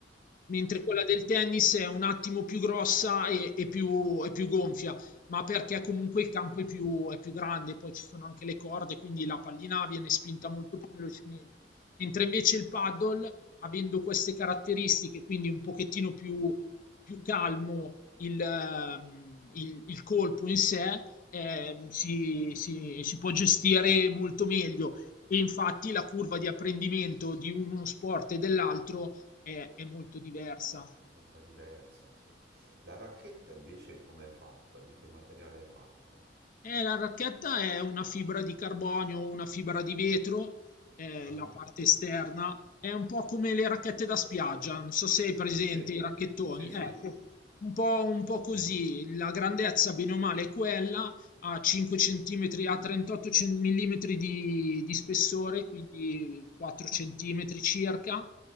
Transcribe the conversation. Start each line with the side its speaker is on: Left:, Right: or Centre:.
Left: mentre quella del tennis è un attimo più grossa e, e più, e più gonfia, ma perché comunque il campo è più, è più grande, poi ci sono anche le corde, quindi la pallina viene spinta molto più velocemente, mentre invece il paddle, avendo queste caratteristiche, quindi un pochettino più più calmo il, ehm, il- il colpo in sé, ehm, si, si- si può gestire molto meglio. E infatti la curva di apprendimento di uno sport e dell'altro è è molto diversa.
Right: è molto diversa, sì. La racchetta invece com'è fatta? Di che materiale è fatta?
Left: Eh, la racchetta è una fibra di carbonio o una fibra di vetro, eh,
Right: Mhm.
Left: la parte esterna. È un po' come le racchette da spiaggia, non so se hai presente
Right: Sì,
Left: i racchettoni.
Right: sì, sì.
Left: Ecco, un po', un po' così. La grandezza, bene o male, è quella, a 5 cm, a 38 cm di, di spessore, quindi 4 cm circa